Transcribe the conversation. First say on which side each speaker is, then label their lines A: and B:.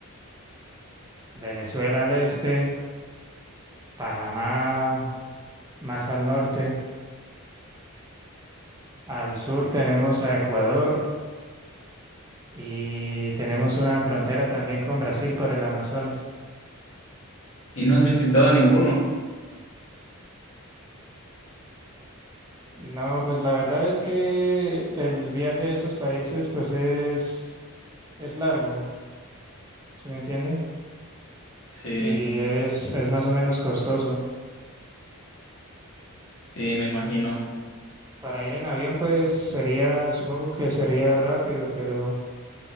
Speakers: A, on the right; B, on the left.
A: Venezuela al este, Panamá más al norte. Al sur tenemos a Ecuador y tenemos una frontera también con Brasil por el Amazonas.
B: ¿Y no has visitado ninguno?
A: No, pues la verdad es que el viaje a esos países pues es, es largo, ¿sí me entiende?
B: Sí,
A: Y es, es más o menos costoso.
B: sí, me imagino.
A: Para ir en avión pues sería, supongo que sería rápido, pero